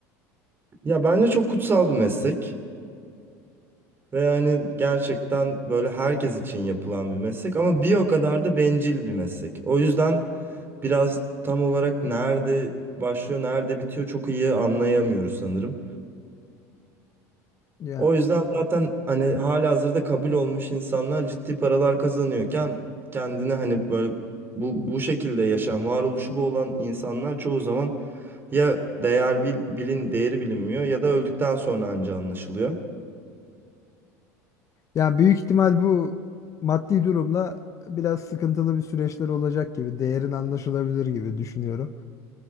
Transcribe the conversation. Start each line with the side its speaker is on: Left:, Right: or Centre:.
Right: Ya bence çok kutsal bir meslek ve yani gerçekten böyle herkes için yapılan bir meslek ama bir o kadar da bencil bir meslek. O yüzden biraz tam olarak nerede başlıyor, nerede bitiyor çok iyi anlayamıyoruz sanırım.
Left: Ya
Right: O yüzden zaten hani halihazırda kabul olmuş insanlar ciddi paralar kazanıyorken kendine hani böyle bu bu şekilde yaşam, varoluşu bu olan insanlar çoğu zaman ya değer bil, bilin değeri bilinmiyor ya da öldükten sonra anca anlaşılıyor.
Left: Yani büyük ihtimal bu maddi durumla biraz sıkıntılı bir süreçler olacak gibi, değerin anlaşılabilir gibi düşünüyorum.